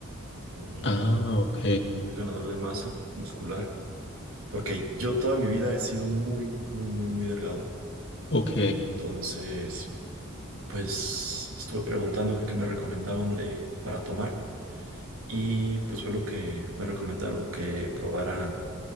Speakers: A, on the right; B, on the left.
A: un,
B: Ah, ok,
A: un ganador de masa muscular, porque yo toda mi vida he sido muy, muy, muy, muy, muy delgado.
B: ok.
A: Entonces, pues estuve preguntando que qué me recomendaban de, para tomar y pues fue lo que me recomendaron, que probara